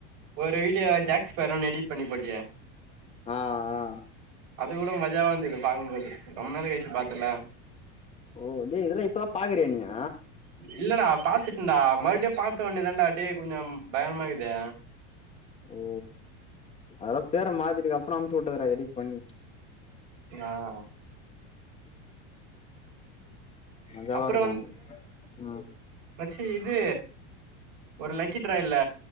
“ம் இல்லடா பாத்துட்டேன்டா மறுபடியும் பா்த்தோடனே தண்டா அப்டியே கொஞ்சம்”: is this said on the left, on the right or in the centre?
Right